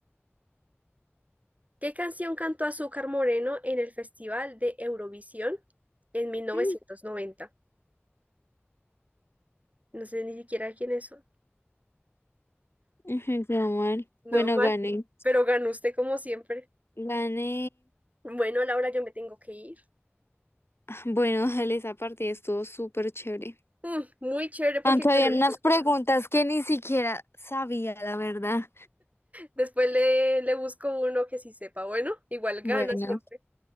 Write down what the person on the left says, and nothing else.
Mm,
Me quedó mal.
Bueno,
gané.
Gané.
Ah, Bueno, <laughs> dale, esa partida estuvo súper chévere.
Aunque había
unas
preguntas
que ni siquiera sabía, la verdad.
Bueno,